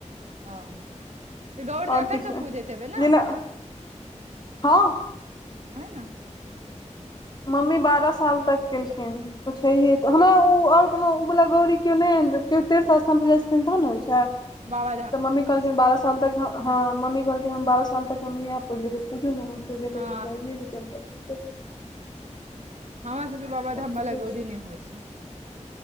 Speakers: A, on the right; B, on the left.
A: ओ। तऽ गौर
B: आओर
A: तऽ एखन
B: किछु
A: तक
B: नहि
A: पूजैत हेबै ने
B: जेना
A: ओ
B: हँ
A: न
B: मम्मी बारह साल तक केलखिन। तऽ छैहे तऽ हमरा ओ ओर कोनो ओवला गौरी केओ नहि केओ तीर्थ स्थान परर जाइत छथिन तहन ने होइ छै
A: बाबाधाम
B: तऽ मम्मी
A: अबै
B: कहलखिन
A: छै
B: बारह साल तक ह मम्मी कहलखिन हम बारह साल तक हम इहै पुजलियै बुझू न जेतबिय
A: हँ
B: जेतै हम ठ छय
A: हमर सबके बाबाधाम
B: ठीके
A: बला
B: छै
A: गौरी नइ होइ छै